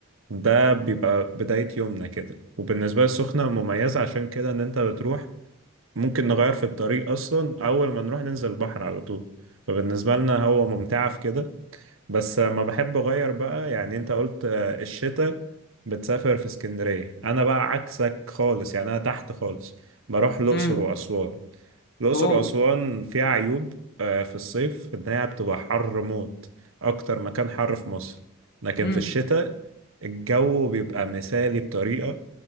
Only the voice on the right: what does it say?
ده بيبقى بداية يومنا كده وبالنسبة للسخنة مميزة عشان كده إن أنت بتروح ممكن نغير في الطريق اصلا اول ما نروح ننزل البحر على طول فبالنسبه لنا هو ممتعه في كده بس ما بحب اغير بقى يعني انت قلت آه، الشتاء بتسافر في اسكندرية انا بقى عكسك خالص يعني انا تحت خالص بروح الاقصر
واسوان الاقصر
واسوان فيها عيوب آه، في الصيف ان هي بتبقى حر موت اكتر مكان حر في مصر لكن
في الشتاء الجو بيبقى مثالي بطريقة